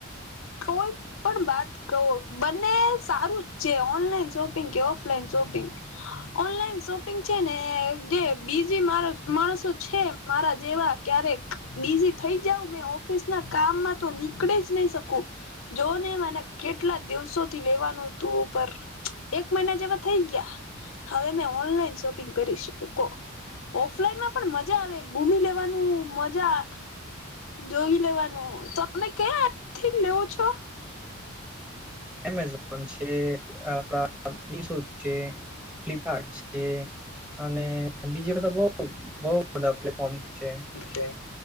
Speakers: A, on the left (about 75°); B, in the centre.
A: કોઈ પણ વાત કહો બને સારું જ છે ઓનલાઈન સો શોપિંગ કવો. <unintelligible> શોપિંગ ઓનલાઈન શોપિંગ છે ને જે બીજી મારા માણસો છે મારા જેવા ક્યારેક બિઝી થઈ ઉાવ મે ઓફિસ ના કામમાં તો નીકળે જ નહી શકું. જો ને મને કેટલા દિવસો થી લેવાનું તુ પર એક મહિના થઈ ગયા હવે મે ઓનલાઈન શોપિંગ કરી શકો. ઓફલાઈનમાં પણ મજા આવે ઘુમી લેવાનું મજા જોઈ લેવાનું તમે ક્યાંથી લેવ છો.
B: એમેઝોન છે આપણા મીશો છે. ફ્લિપકાર્ટ છે અને બીજે બધા બહું બહું બધા પ્લેટફોર્મ છે.
A: જે